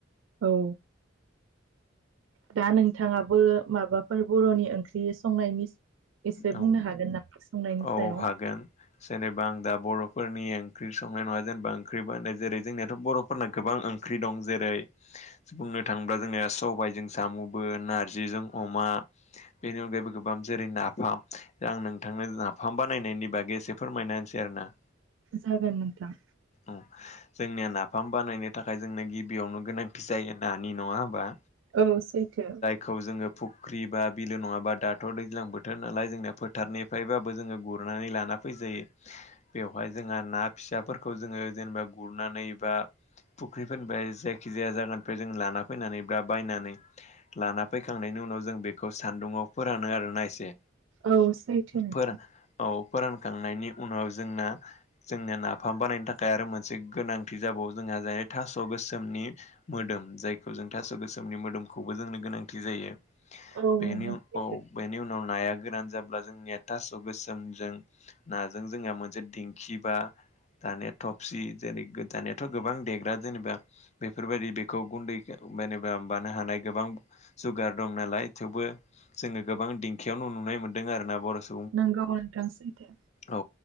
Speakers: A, on the right; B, on the left.
A: औ दा नोंथाङाबो माबाफोर बर'नि ओंख्रि संनायनि एसे
B: औ
A: बुंनो हागोन नामा संनायनि
B: औ
A: सायाव?
B: हागोन जेनेबा आं दा बर'फोरनि ओंख्रि संनाय नङा जेनेबा ओंख्रि बानाय जेरै जोंनियाथ' बर' फोरना गोबां ओंख्रि दं। जेरै बुंनो थाङोब्ला जोंनिया सबायजों साम'बो नारजिजों अमा बेनि अनगायैबो गोबां जेरै ना फाम दा आं नोंथांनो नाफाम बानायनायनि बागै एसे फोरमायना होनसै आरो ना।
A: जागोन नोंथां।
B: औ जोंनिया नाफाम बानायनो थाखाय जोंनो गिबियावनो गोनांथि जायो नानि नङा होमबा?
A: औ सैथो।
B: खौ जोङो फुख्रि बा बिलो नङाबा दाथ' दैज्लां बोथोर नालाय जोंनिया फोथारनि फ्रायबाबो जोङो गुरनानै लाना फैजायो। बेवहाय जोंहा ना फिसाफोर खौ जोङो जेनेबा गुरनानै बा फुख्रिफोरनिफाय जायखिजाया जागानिफ्राय जों लाना फैनानै बा बायनानै लाना फैखांनायनि उनाव जों बेखौ सान्दुङाव फोरानो आरोना एसे।
A: औ सैथो नोंथां।
B: फोरा औ फोरानखांनायनि उनाव जोंना जोंना ना फाम बानायनो थाखाय आरो मोनसे गोनांथि जाबावो जोंहा जाय थास' गोसोमनि मोदोम जायखौ जों थास' गोसोमनि मोदोमखौबो जोंनो गोनांथि जायो।
A: औ
B: बेनि
A: नोंथां
B: उन
A: सैथो
B: औ बेनि उनाव नाया गोरान जाब्ला जों ने थास' गोसोमजों नाजों जोंहा मोनसे देंखि बा दानिया थफसि जेरै गो दानियाथ' गोबां देग्रा जेनेबा बेफोरबायदि बेखौ गुन्दै ओ मेनेबा मानो हानाय गोबां जुगार दं नालाय थेवबो जोङो गोबां दिंखियावनो नुनाय मोन्दों आरो ना बर' स
A: नोंगौ नोंथां सैथो।
B: औ